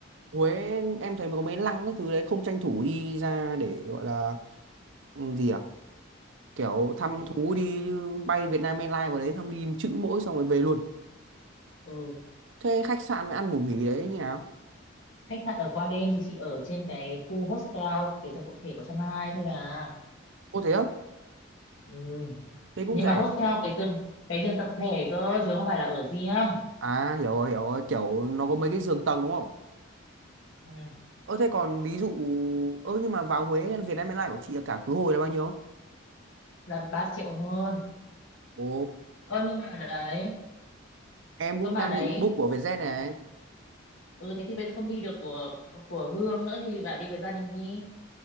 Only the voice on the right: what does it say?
Huế em thấy mà có mấy lăng các thứ đấy không tranh thủ đi ra để gọi là ừ, gì à kiểu thăm
thú đi chứ bay Việt Nam Airlines vào đấy xong đi chữ mỗi xong rồi về luôn
thế khách sạn với ăn ngủ nghỉ đấy như nào
ô thế á
thế cũng
rẻ
à hiểu rồi hiểu rồi kiểu nó có mấy
cái giường tầng đúng không
ơ thế còn ví dụ ơ nhưng mà vào Huế Việt Nam Airlines của chị là cả khứ hồi là bao nhiêu
ồ
em cũng
đang
định book của Vietjet này